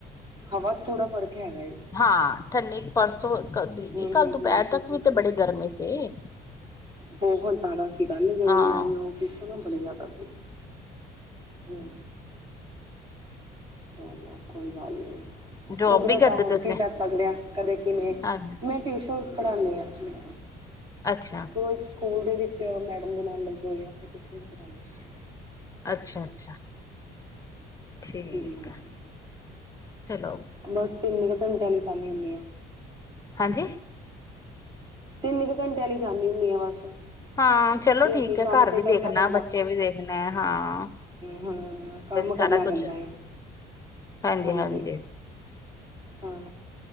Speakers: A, on the right; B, on the left.
A: ਹਵਾ ਚ ਥੋੜਾ ਫਰਕ ਹੈਗਾ।
B: ਹਾਂ, ਠੰਡੀ ਪਰਸੋਂ ਦੀਦੀ
A: ਹੂੰ
B: ਕੱਲ
A: ਹੂੰ
B: ਦੁਪਹਿਰ
A: ਹੂੰ
B: ਤੱਕ ਵੀ ਤੇ ਬੜੇ ਗਰਮੀ ਸੀ।
A: ਬਹੁਤ ਜ਼ਿਆਦਾ ਕਿ ਕੱਲ ਜਦੋਂ
B: ਹਾਂ
A: ਮੈਂ ਆਈ ਆਫਿਸ ਤੋਂ ਨਾ ਬੜੇ ਜ਼ਿਆਦਾ ਸੀ। ਹੂੰ। ਚਲੋ ਕੋਈ ਗੱਲ ਨਹੀਂ।
B: ਜੋਬ
A: ਕੁਦਰਤ
B: ਵੀ ਕਰਦੇ
A: ਹੁਣ
B: ਤੁਸੀਂ
A: ਕੀ ਕਰ ਸਕਦੇ ਆ। ਕਦੇ ਕਿਵੇਂ
B: ਹਾਂ
A: ਮੈਂ ਟਿਊਸ਼ਨਸ ਪੜਾਂਦੇ ਹਾਂ ਐਕਚੁਲੀ।
B: ਅੱਛਾ।
A: ਉਹ ਇੱਕ ਸਕੂਲ ਦੇ ਵਿੱਚ ਮੈਡਮ ਦੇ ਨਾਲ ਲੱਗੇ ਹੋਏ ਆ, ਉੱਥੇ ਟਿਊਸ਼ਨ ਕਰਾਂਦੇ ਹਾਂ।
B: ਅੱਛਾ, ਅੱਛਾ। ਠੀਕ
A: ਹਾਂਜੀ ਹਾਂਜੀ
B: ਆ, ਹੈਲੋ।
A: ਬਸ ਤਿੰਨ ਕੂ ਘੰਟਿਆਂ ਵਾਲ ਲਈ ਜਾਣੀ ਹੁਣੀ ਆ।
B: ਹਾਂਜੀ।
A: ਤਿੰਨ ਕੁ ਘੰਟਿਆਂ ਲਈ ਜਾਂਦੀ ਹੁੰਨੀ ਆ ਬਸ।
B: ਹਾਂ,
A: ਇਹ
B: ਚਲੋ ਠੀਕ
A: ਆ ਕਿ
B: ਏ।
A: ਕੰਮ
B: ਘਰ
A: ਤੇ
B: ਵੀ
A: ਕਰਨਾ
B: ਦੇਖਣਾ,
A: ਪੈਂਦਾ
B: ਬੱਚੇ ਵੀ ਦੇਖਣਾ ਹਾਂ।
A: ਹੂੰ, ਕੰਮ ਕਰਨਾ
B: ਸਾਰਾ
A: ਪੈਂਦਾ
B: ਕੁਛ
A: ਏ।
B: ਹਾਂਜੀ-ਹਾਂਜੀ।
A: ਹਾਂਜੀ ਹਾਂ।